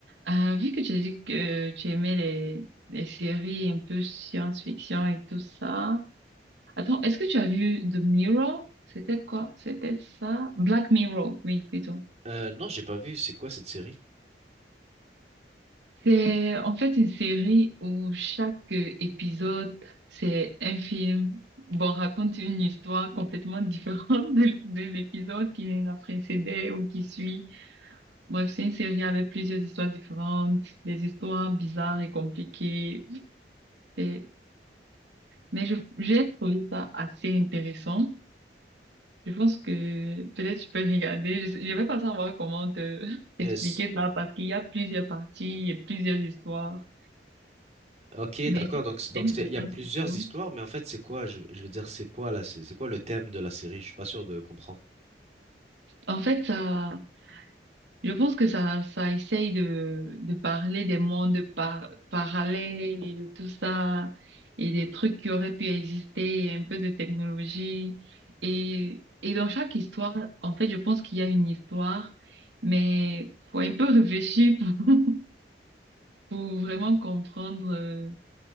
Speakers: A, on the right (about 85°); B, on the right (about 40°).
A: Euh, vu que tu as dit que tu aimais les, les séries un peu science-fiction et tout ça. Attends, est-ce que tu as vu The Mirror? C'était quoi? C'était ça? Black Mirror, oui, plutôt.
B: Euh, non, j'ai pas vu. C'est quoi cette série?
A: C'est en fait une série où chaque euh, épisode, c'est un film. Bon, raconte une histoire complètement <laughs> différente de, de l'épisode qui l'a précédé ou qui suit. Bref, c'est une série avec plusieurs histoires différentes, des histoires bizarres et compliquées. Et- mais je- j'ai trouvé ça assez intéressant. Je pense que peut-être tu peux regarder. Je, sais- je vais pas savoir comment te <laughs> t'expliquer
B: Euh, c-
A: ça parce qu'il y a plusieurs parties et plusieurs histoires.
B: ok,
A: Mais
B: d'accord.
A: si tu
B: Donc c- donc
A: aimes
B: c'est-
A: la science-fiction,
B: il y a plusieurs histoires, mais en fait c'est quoi? Je, je veux dire c'est quoi là? C'est c'est quoi le thème de la série? Je suis pas sûr de comprendre.
A: En fait, ça, je pense que ça, ça essaye de, de parler des mondes par, parallèles et de tout ça, et des trucs qui auraient pu exister, et un peu de technologie. Et, et dans chaque histoire, en fait, je pense qu'il y a une histoire, mais faut un peu réfléchir pour, <laughs> pour vraiment comprendre euh,